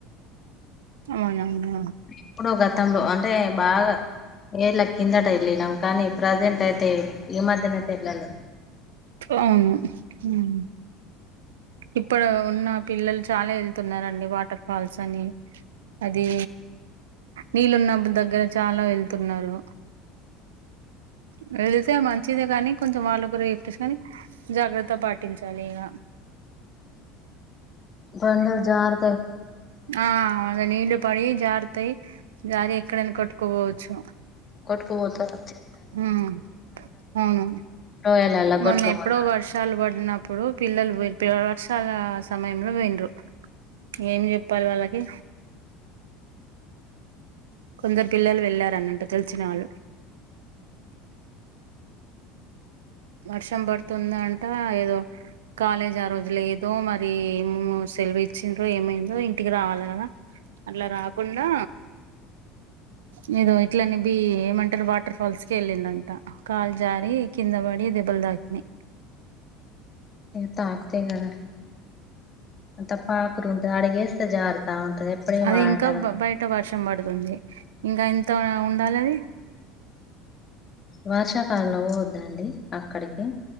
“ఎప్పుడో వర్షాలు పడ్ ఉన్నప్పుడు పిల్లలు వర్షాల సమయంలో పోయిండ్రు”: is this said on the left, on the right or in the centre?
Right